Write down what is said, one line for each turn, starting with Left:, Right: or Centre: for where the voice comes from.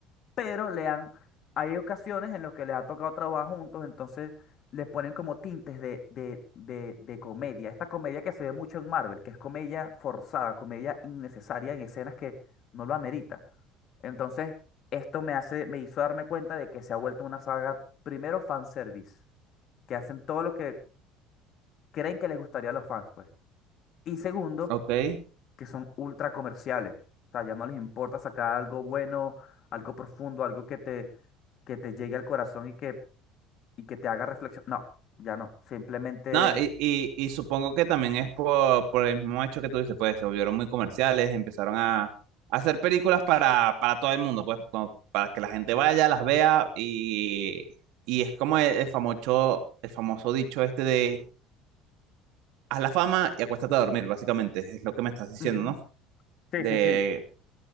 Left: Pero le han, hay ocasiones en las que les ha tocado trabajar juntos, entonces les ponen como tintes de, de, de, de comedia. Esta comedia que se ve mucho en Marvel, que es comedia forzada, comedia innecesaria en escenas que no lo amerita. Entonces, esto me hace, me hizo darme cuenta de que se ha vuelto una saga, primero, fanservice, que hacen todo lo que creen que les gustaría a los fans, pues. Y segundo,
Right: ¿ok?
Left: que son ultra comerciales. O sea, ya no les importa sacar algo bueno, algo profundo, algo que te, que te llegue al corazón y que, y que te haga reflexión. No, ya no. Simplemente.
Right: No, y, y, y supongo que también es por, por el mismo hecho que tú dices, pues se volvieron muy comerciales, empezaron a, a hacer películas para, para todo el mundo, pues como para que la gente vaya, las vea y, y es como el, el famoso, el famoso dicho este de haz la fama y acuéstate a dormir, básicamente, es lo que me estás diciendo,
Left: Ujú.
Right: ¿no?
Left: Sí,
Right: De,
Left: sí, sí.